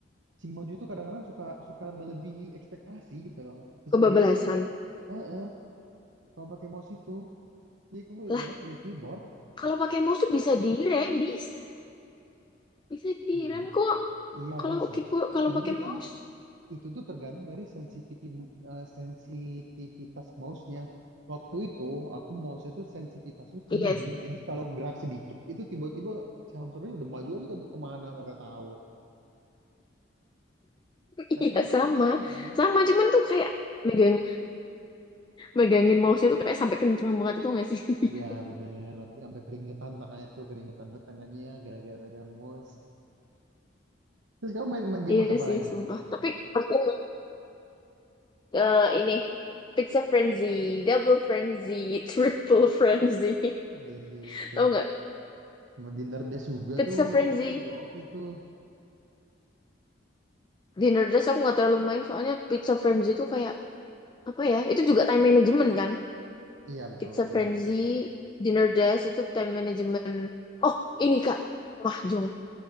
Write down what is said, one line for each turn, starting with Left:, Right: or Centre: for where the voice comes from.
Right: si maju tuh kadang-kadang suka suka melebihi ekspektasi gitu loh, susah
Left: kebablasan.
Right: direm. Heeh, kalau pakai mouse itu, jadi aku lebih
Left: Lah,
Right: enak pakai keyboard.
Left: kalau pakai mouse tuh bisa direm, bisa. Bisa direm
Right: I-
Left: kok.
Right: Iya
Left: Kalau
Right: bisa,
Left: keyboard, kalau
Right: cuman
Left: pakai
Right: kan
Left: mouse.
Right: itu tuh tergantung dari sensitivitas sensitivitas mouse-nya. Waktu itu aku mouse-nya tuh sensitivitasnya tuh tinggi,
Left: Iya sih. <laughs>
Right: jadi kalau gerak sedikit itu tiba-tiba si hamsternya udah maju aja ke- kemana nggak tahu. Kadang
Left: Iya,
Right: gitu
Left: sama.
Right: itu soalnya.
Left: Sama, cuman tuh kayak megang megangin mouse-nya tuh kayak sampai kenceng banget itu nggak sih? <laughs>
Right: Iya bener, lagi sampai keringetan tangannya tuh, keringetan tuh tangannya gara-gara pegang mouse. Terus kamu main, main game
Left: Iya
Right: mouse apa
Left: sih,
Right: lagi?
Left: sumpah. Tapi Aku, eh, ini pizza frenzy, double frenzy, <laughs> triple frenzy.
Right: Oh, iya itu.
Left: Tahu nggak
Right: Sama Dinner Dash juga
Left: Pizza
Right: tuh,
Left: Frenzy
Right: itu juga oke tuh.
Left: dinner Nerdist aku nggak terlalu main soalnya Pizza Frenzy itu kayak apa ya itu juga time management kan
Right: Iya betul,
Left: Pizza
Right: teman
Left: Frenzy
Right: Jumpan.
Left: dinner Nerdist itu time management oh ini kak mahjong